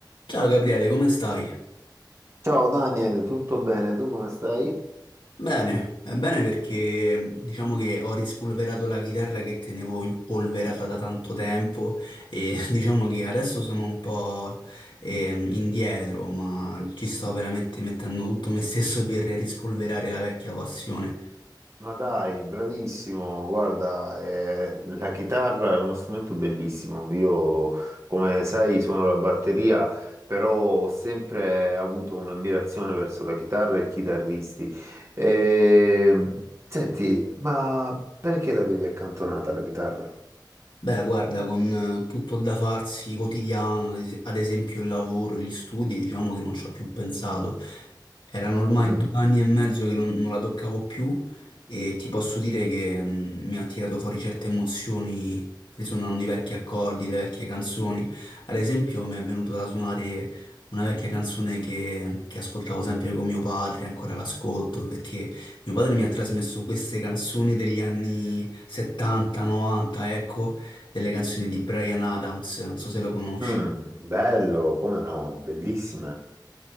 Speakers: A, on the left (about 90°); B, on the right (about 35°).
A: Ciao Gabriele, come stai?
B: Ciao Daniel, tutto bene? Tu come stai?
A: Bene, è bene perché diciamo che ho rispolverato la chitarra che tenevo impolverata da tanto tempo e <laughs> diciamo che adesso sono un po' ehm, indietro, ma ci sto veramente mettendo tutto me stesso per rispolverare la vecchia passione.
B: Ma dai, bravissimo. Guarda, eh, la chitarra è uno strumento bellissimo. Io, come sai, suono la batteria, però ho sempre avuto un'ammirazione verso la chitarra e i chitarristi. E, senti, ma perché l'avevi accantonata la chitarra?
A: Beh, guarda, con eh, tutto il da farsi quotidiano, ad es- ad esempio il lavoro, gli studi, diciamo che non ci ho più pensato. Erano ormai
B: Mm.
A: due anni e mezzo che non, non la toccavo più e ti posso dire che mm, mi ha tirato fuori certe emozioni risuonando i vecchi accordi, le vecchie canzoni. Ad esempio mi è venuto da suonare una vecchia canzone che, che ascoltavo sempre con mio padre, ancora l'ascolto, perché mio padre mi ha trasmesso queste canzoni degli anni 70, 90, ecco delle canzoni di Bryan Adams, non so se lo conosci.
B: Mm, bello, come no, bellissime.